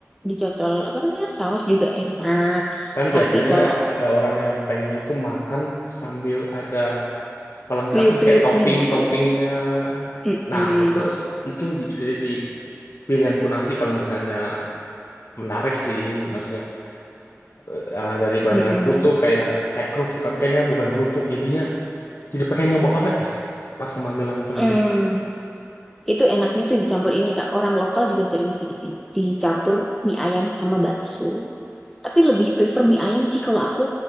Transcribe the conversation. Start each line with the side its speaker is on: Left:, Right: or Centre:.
Centre: dicocol apa namanya saus juga enak.
Left: kan
Centre: Tapi
Left: biasanya
Centre: kalau
Left: ada orang yang pengen itu makan sambil ada pelengkapnya
Centre: kriuk-kriuknya
Left: kayak topping-toppingnya.
Centre: gitu, mm-mm,
Left: Nah, itu s- mungkin bisa jadi pilihanku nanti kalau misalnya menarik sih, maksudnya eh, eh, dari bayanganku
Centre: mm-mm,
Left: tuh kayak kayak kerupuk, tapi kayaknya bukan kerupuk jadinya Jadi pengen nyoba banget nih pas ke Magelang itu
Centre: mm.
Left: nanti.
Centre: Itu enaknya tuh dicampur ini Kak. Orang lokal juga sering sih di sini. Dicampur mie ayam sama bakso. Tapi lebih prefer mie ayam sih kalau aku.